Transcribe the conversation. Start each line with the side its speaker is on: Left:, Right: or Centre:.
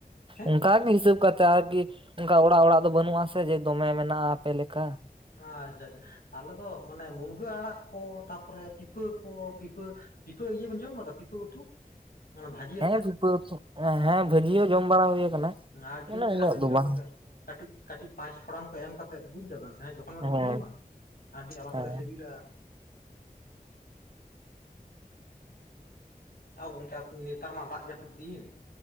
Left: ᱦᱮᱸ
Right: ᱚᱱᱠᱟ ᱜᱮ ᱦᱤᱥᱟᱹᱵᱽ ᱠᱟᱛᱮᱫ ᱟᱨᱠᱤ ᱚᱱᱠᱟ ᱚᱲᱟᱜ ᱚᱲᱟᱜ ᱫᱚ ᱵᱟᱹᱱᱩᱜ-ᱟ ᱥᱮ ᱡᱮ ᱫᱚᱢᱮ ᱢᱮᱱᱟᱜ-ᱟ ᱟᱯᱮ ᱞᱮᱠᱟ᱾
Left: ᱟᱪᱪᱷᱟ ᱟᱪᱪᱷᱟ ᱟᱞᱮ ᱫᱚ ᱢᱟᱱᱮ ᱢᱩᱱᱜᱟᱹ ᱟᱲᱟᱜ ᱠᱚ ᱛᱟᱯᱚᱨᱮ ᱯᱤᱯᱟᱹ ᱠᱚ ᱯᱤᱯᱟᱹ ᱯᱤᱯᱟᱹ ᱤᱭᱟᱹ ᱵᱮᱱ ᱡᱚᱢ ᱠᱟᱫᱟ ᱯᱤᱯᱟᱹ ᱩᱛᱩ ᱢᱟᱱᱮ ᱵᱷᱟᱡᱤ
Right: ᱦᱮᱸ
Left: ᱟᱛᱮᱫ?
Right: ᱯᱤᱯᱟᱹ ᱩᱛᱩ ᱮᱸ ᱦᱮᱸ ᱵᱷᱟᱹᱡᱤ ᱦᱚᱸ ᱡᱚᱢ ᱵᱟᱲᱟ ᱦᱳᱭ ᱠᱟᱱᱟ᱾
Left: ᱟᱹᱰᱤ
Right: ᱢᱟᱱᱮ
Left: ᱪᱮᱨᱦᱟ
Right: ᱩᱱᱟᱹᱜ
Left: ᱥᱤᱵᱤᱞᱟ
Right: ᱫᱚ ᱵᱟᱝ
Left: ᱜᱚᱝᱠᱮ ᱠᱟᱹᱴᱤᱡᱽ ᱠᱟᱹᱴᱤᱡᱽ ᱯᱟᱸᱪ ᱯᱷᱚᱲᱟᱱ ᱠᱚ ᱮᱢ ᱠᱟᱛᱮᱜ ᱵᱩᱡ ᱫᱟ ᱵᱮᱱ ᱥᱮ ᱦᱮᱸ ᱠᱷᱚᱱ ᱵᱮᱱ
Right: ᱦᱳᱭ
Left: ᱩᱛᱩᱭᱟ ᱵᱟᱝ ᱟᱹᱰᱤ ᱟᱞᱟᱫᱟ
Right: ᱦᱮᱸ
Left: ᱜᱮ ᱥᱤᱵᱤᱞᱟ᱾ ᱟᱣ ᱜᱚᱝᱠᱮ ᱟᱵᱩ ᱱᱮᱛᱟᱨ ᱢᱟ ᱫᱟᱜ ᱡᱟᱹᱯᱩᱫ ᱫᱤᱱ